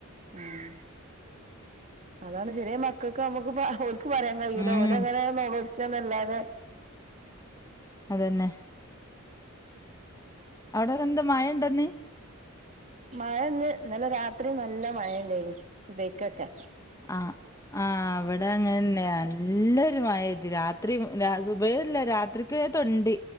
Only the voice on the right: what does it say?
ആഹ് അതാണ് ചെറ്യേ മക്കൾക്കാവുമ്പൊക്കെ <unintelligible> ഇക്ക് പറയാൻ കഴിയൂല
ഓലങ്ങനെ നൊളോൾച്ചാന്നല്ലാതെ
മഴ ഇന്ന് ഇന്നലെ രാത്രി നല്ല മയ ഇണ്ടായിന് സുബ്ഹിക്കെക്കെ